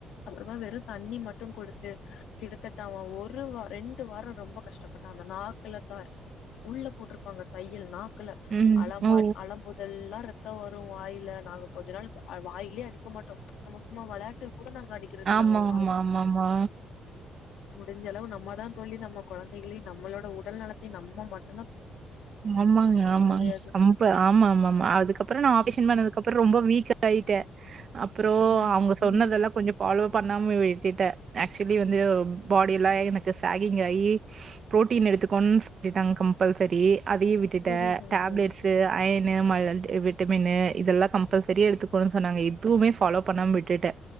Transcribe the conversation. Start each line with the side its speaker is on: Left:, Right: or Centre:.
Left: அப்றமா வெறும் தண்ணி மட்டு கொடுத்து கிட்டதட்ட அவ ஒரு வா ரெண்டு வாரோ ரொம்ப கஷ்டப்பட்டா அந்த நாக்குல தா உள்ள போட்ருப்பாங்க தையல் நாக்குல
Right: ம்
Left: அழமாட்
Right: ஓ
Left: அழம்போதெல்லா ரெத் தோ வரு வாயில நாங்க கொஞ்ச நாள் அ வாயிலயே அடிக்க மாட்டோ நம்ம சும்மா வெளையாட் டுக் கூட நாங்க அடிக்கிறது
Right: ஆமாமா
Left: இல்ல அவன்
Right: ஆமாமா
Left: முடிஞ்சளவு நம்மதா தோழி நம்ம கொழந்தைகளையு நம்மளோட உடல் நலத்தையு நம்ம மட்
Right: ஆமாங்க ஆமா
Left: முடியாது
Right: கம்ப ஆமாமாமா அதுக்கப்பறோ நா ஆபீஷன் பண்ணதுக்கப்பறோ ரொம்ப வீக்கா காயிட்ட அப்றோ
Left: ம்
Right: அவங்க சொன்னதெல்லா
Left: ம்
Right: கொஞ்சப் ஃபாலோ பண்ணாம விட்டுட்டே ஆக்சுலி வந்து பாடியெல்லா எனக்கு சேகிங் ஆயி புரோட்டீன் எடுத்துக்கோன் சொல்லிட்டாங் கம்பல்சரி அதையு விட்டுட்டே
Left: புரியுதுங்க
Right: டேப்லெட்ஸூ
Left: தோழி
Right: அயனு மல்லல்ட் அ விட்டமின்னு இதெல்லா கம்பல்சரி எடுத்துக்கோணு சொன்னாங்க எதுவுமே ஃபாலோ பண்ணாம விட்டுட்டே